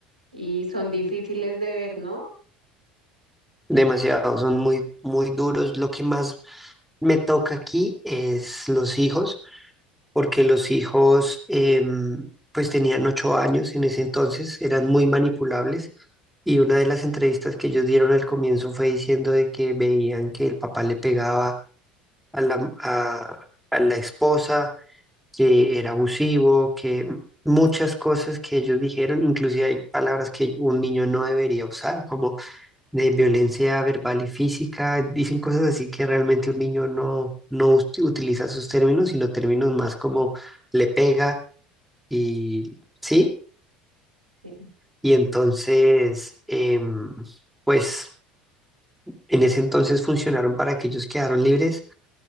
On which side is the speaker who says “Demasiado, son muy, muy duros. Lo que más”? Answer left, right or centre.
Centre